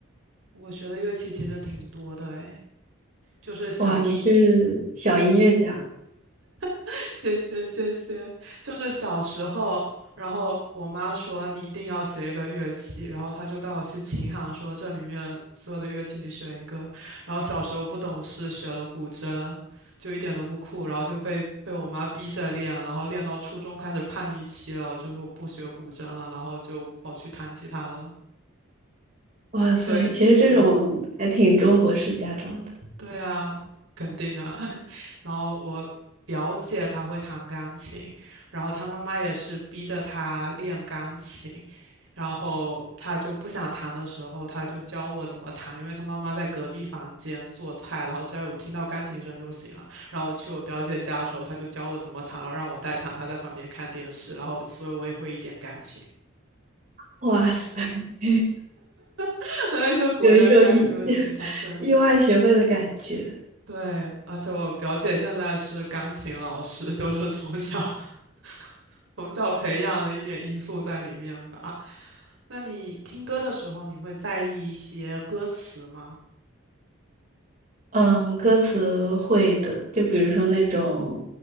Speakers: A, on the right (about 70°); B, on the right (about 35°).
A: 我学的乐器其实挺多的诶，就是小时，
B: 哇，你是小音乐家，
A: <laughs> 谢谢谢谢，就是小时候，然后我妈说你一定要学一个乐器，然后她就带我去琴行说这里面所有的乐器你选一个，然后小时候不懂事学了古筝，就一点都不酷，然后就被被我妈逼着练，然后练到初中开始叛逆期了，我就说我不学古筝了，然后就跑去弹吉他了，
B: 哇塞，
A: 所以对。
B: 其实这种还挺中国式家长的，
A: 对啊，肯定的。<laughs> 然后我表姐她会弹钢琴，然后她妈妈也是逼着她练钢琴，然后她就不想弹的时候，她就教我怎么弹，因为她妈妈在隔壁房间做菜，然后只要有听到钢琴声就行了。然后我去我表姐家的时候，她就教我怎么弹，然后让我代弹，她在旁边看电视，然后所以我也会一点钢琴，
B: 哇塞，<laughs>
A: <laughs> 哎都古筝、
B: 有一种意
A: 钢琴和吉他，
B: <laughs>
A: 对。
B: 意外学会的感觉。
A: 对，而且我表姐现在是钢琴老师，就是从小 <laughs> 从小培养的一点因素在里面吧。那你听歌的时候，你会在意一些歌词吗？
B: 嗯，歌词会的，就比如说那种，